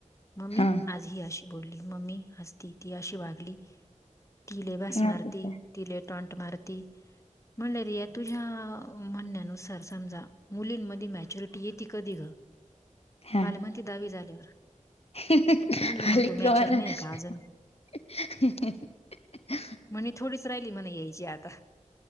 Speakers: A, on the left; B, on the left.
A: मम्मी
B: हा
A: ही अशी बोलली मम्मी आज ती ती अशी वागली ती लय वास
B: हा
A: मारती.
B: ते तर
A: ती लय टॉंट मारती म्हणल्याने या तुझ्या म्हणण्यानुसार समजा मुलींमध्ये मॅच्युरिटी येती कधी ग?
B: हा
A: माला म्हणती दहावी झाल्यावर.
B: <unintelligible>
A: म्हणलं मग तू मॅच्युअर नाही का अजून? म्हणे थोडीच राहिली म्हणे यायची आता